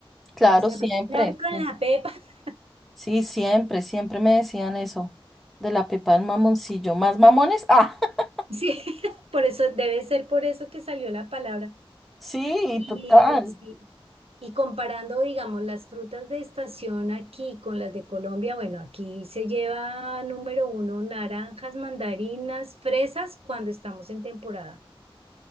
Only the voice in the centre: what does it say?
claro,
siempre.
Sí,
Sí, siempre, siempre me decían eso, de la pepa del mamoncillo. ¿Más mamones? Ah, <laughs>
sí,
total.